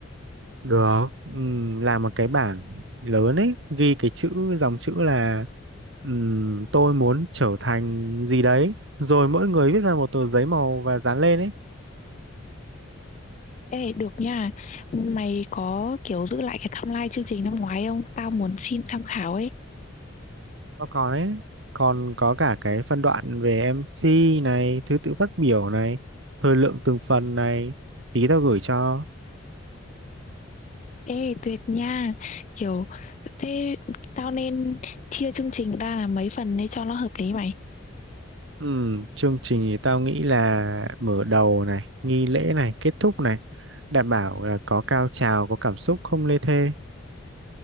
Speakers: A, on the right (about 60°); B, on the left (about 35°).
A: Được, ừm, làm một cái bảng lớn ấy, ghi cái chữ, dòng chữ là ừm, tôi muốn trở thành gì đấy. Rồi mỗi người viết ra một tờ giấy màu và dán lên ấy.
B: Ê, được nha. Mày có kiểu giữ lại cái timeline chương trình năm ngoái không? Tao muốn xin tham khảo ấy.
A: Nó còn ấy, còn có cả cái phân đoạn về MC này, thứ tự phát biểu này, thời lượng từng phần này, tí tao gửi cho.
B: Ê, tuyệt nha. Kiểu, thế tao nên chia chương trình ra là mấy phần để cho nó hợp lý mày.
A: Ừm, chương trình thì tao nghĩ là mở đầu này, nghi lễ này, kết thúc này, đảm bảo là có cao trào, có cảm xúc, không lê thê.